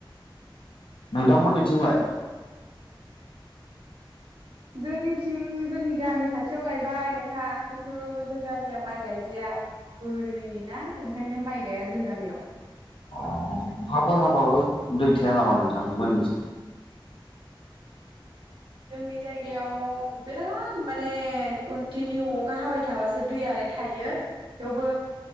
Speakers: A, on the left; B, on the right.
A: नोंथांमोननिथिंलाय
B: जोंनिथिं जोंनि गामि खाथियाव गायबाय नोंथां खिन्थु जों गामिया माइ गायजाया बोरि ना ओंखायनो माइ गाया जों गामियाव
A: अ अखाफोर हाबाबो दै थाया नामा नोंथां मोन <unintelligible>
B: <inaudible> जोंनि जायगायाव बिराद माने कन्टिनिउ अखा हाबाय थाबासो दैयालाय थायो थेवबो